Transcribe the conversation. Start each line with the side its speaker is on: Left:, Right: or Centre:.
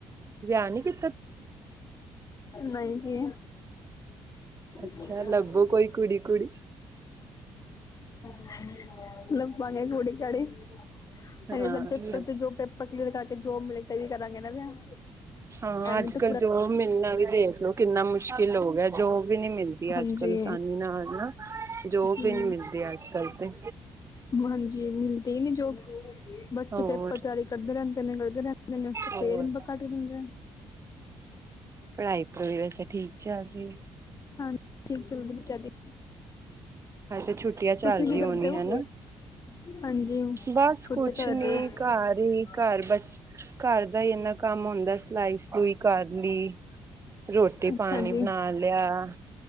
Right: ਵਿਆਹ ਨੀ ਕੀ
Left: ਨਹੀਂ ਜੀ। <inaudible>
Right: ਅੱਛਾ ਲੱਭੋ ਕੋਈ ਕੁੜੀ ਕੁੜੀ
Left: ਮਤਲਬ ਪਾਣੇ ਕੌੜੇ ਕਾੜੇ ਹਲੇ
Right: ਹਾਂ
Left: ਤੇ ਪੇਪਰ, ਤੇ ਜੋ ਪੇਪਰ ਕਲੀਅਰ ਕਰਕੇ ਜੋਬ ਮਿਲ ਗ ਤੇ ਹੀ ਕਰਾਂਗੇ ਨਾ ਵਿਆਹ।
Right: ਹਾਂ
Left: ਐਂਵੇਂ
Right: ਅੱਜ
Left: ਤੇ
Right: ਕੱਲ ਜੋਬ ਮਿਲਨਾ ਵੀ ਦੇਖ ਲਓ ਕਿੰਨਾ ਮੁਸ਼ਕਿਲ ਹੋ ਗਿਆ ਹੈ, ਜੋਬ ਵੀ ਨੀ ਮਿਲਦੀ ਦੀ
Left: ਹਾਂਜੀ
Right: ਅੱਜ -ਕੱਲ ਅਸਾਨੀ ਨਾਲ ਨਾ, ਜੋਬ
Left: ਹੂੰ
Right: ਵੀ ਨੀ ਮਿਲਦੀ ਅੱਜ-ਕੱਲ ਤੇ।
Left: ਹਾਂਜੀ, ਮਿਲਦੀ ਹੀ ਨੀ। ਜੋਬ, ਬੱਚੇ
Right: ਹੋਰ
Left: ਪੇਪਰ ਦੀ ਤਿਆਰੀ ਕਰਦੇ ਰਹਿੰਦੇ ਨੇ, ਕਰਦੇ ਰਹਿੰਦੇ ਨੇ, ਪਰ
Right: ਹੋਰ
Left: ਫੇਰ ਨੰਬਰ ਘੱਟ ਹੀ ਦਿੰਦੇ ਨੇ।
Right: ਪੜਾਈ ਪੁੜੂਈ ਵੈਸੇ ਠੀਕ ਚੱਲ ਰਹੀ ਹੈ?
Left: ਹਾਂਜੀ, ਠੀਕ ਚਲਦੀ ਬੱਚਿਆਂ ਦੀ।
Right: ਹਲੇ ਤੇ ਛੁੱਟੀਆਂ ਚੱਲ
Left: ਤੁਸੀਂ
Right: ਰਹੀ
Left: ਕੀ ਕਰਦੇ
Right: ਹੋਣਾ,
Left: ਹੋ
Right: ਹੈਨਾ!
Left: ਹਾਂਜੀ
Right: ਬ ਸ
Left: ਛੁੱਟ
Right: ਕੁਛ
Left: ਚੱਲ
Right: ਨੀ,
Left: ਰਹੀ ਹੈ।
Right: ਘਰ ਹੀ। ਘਰ ਬਚ, ਘਰ ਦਾ ਹੀ ਏਨਾਂ ਕੰਮ ਹੁੰਦਾ ਏ, ਸਿਲਾਈ ਸਲੂਈ ਕਰ ਲੀ, ਰੋਟੀ
Left: ਅੱਛਾ
Right: ਪਾਣੀ
Left: ਜੀ
Right: ਬਣਾ ਲ ਲਿਆ,